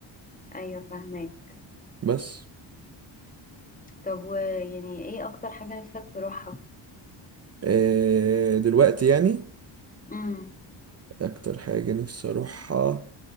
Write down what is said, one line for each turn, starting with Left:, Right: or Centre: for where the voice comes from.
Left: ايوه فاهمك
Right: بس
Left: طب ويعني ايه اكتر حاجه نفسك تروحها
Right: آه، دلوقتي يعني
Left: امم
Right: اكتر حاجة نفسي اروحها